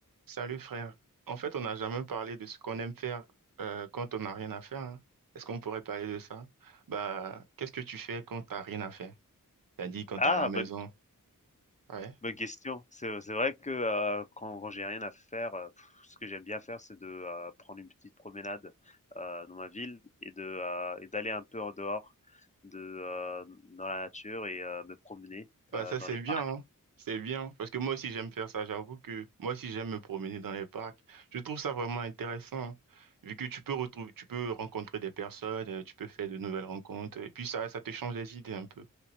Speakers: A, on the right; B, on the left.
A: Salut frère. En fait, on n'a jamais parlé de ce qu'on aime faire euh, quand on n'a rien à faire. hein. Est-ce qu'on pourrait parler de ça? Bah, qu'est-ce que tu fais quand t'as rien à faire? T'as dit quand
B: Ah,
A: t'es à la maison.
B: bonne
A: Ouais.
B: bonne question. C'est c'est vrai que, heu, quand quand j'ai rien à faire, heu, ce que j'aime bien faire, c'est de, heu, prendre une petite promenade, heu, dans ma ville et de, heu et d'aller un peu en dehors de, heu, dans la nature et heu, me promener,
A: Bah
B: heu,
A: ça
B: dans
A: c'est
B: les parcs.
A: bien. hein. C'est bien parce que moi aussi j'aime faire ça. J'avoue que moi aussi j'aime me promener dans les parcs. Je trouve ça vraiment intéressant hein, vu que tu peux retrouver, tu peux rencontrer des personnes, euh, tu peux faire de nouvelles rencontres et puis ça ça te change les idées un peu.